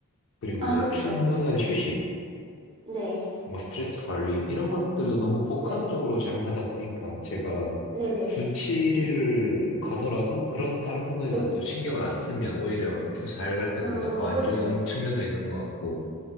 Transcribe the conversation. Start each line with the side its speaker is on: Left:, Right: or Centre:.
Left: 그리고
Right: 아, 그쵸.
Left: 충분한 휴식,
Right: 네.
Left: 뭐 스트레스 관리 이런 것들도 너무 복합적으로
Right: 네.
Left: 작용하다 보니까 제가
Right: 네네.
Left: 주 7일을 가더라도 그런 다른 부분에서
Right: 또,
Left: 또 신경을 안 쓰면 오히려 주 4일 갈 때보다
Right: 어,
Left: 더 안
Right: 그쵸.
Left: 좋은 측면도 있는 것 같고